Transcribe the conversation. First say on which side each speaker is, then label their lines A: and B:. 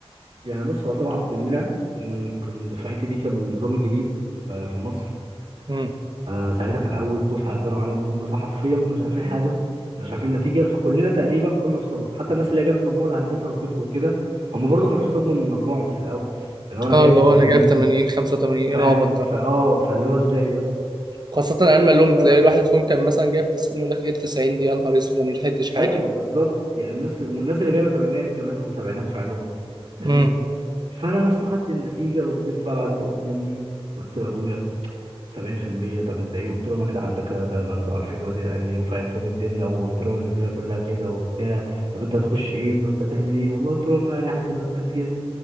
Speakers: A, on the right; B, on the right.
A: يعني بص هو طبعا كلنا بن- كان دفعتي دي كان النظام الجديد ف- في مصر
B: امم
A: فساعتها كان اول دفعه تجرب على النظام ده فحرفيا ما كناش عارفين حاجه ما كناش عارفين النتيجه فكلنا تقريبا كنا في صدمه حتى الناس اللي جابت مجموعه هندسه وطب وكده هم برضه كانوا في صدمه من مجموعهم في الاول اللي هو انا
B: اه
A: جايب
B: اللي هو
A: 80
B: انا جايب 80 85 ايه
A: فاهم
B: العبط ده؟
A: فاه فاللي هو ازاي يا اسطى
B: خاصة علم العلوم
A: ف-
B: تلاقي الواحد فيهم كان مثلا جايب 90 يقول لك ايه 90 دي يا نهار اسود انا مش لحقتش حاجة
A: ايوه بالظبط يعني الناس والناس اللي جايبه تمانينات كمان وسبعينات في علوم فاهمني
B: امم
A: فانا يا اسطى خدت النتيجه وفضلت بقى بعد كده قلت لامي قلت لابويا سبعين في المية طب انت ايه قلت لهم يا جدعان ده كده ده ده انتوا عارفين الوزير قال ايه وفهمتهم الدنيا وقلت لهم ان الدنيا كلها كده وبتاع طب انت هتخش ايه طب انت هتعمل ايه والله قلت لهم يعني حاسبات جت جت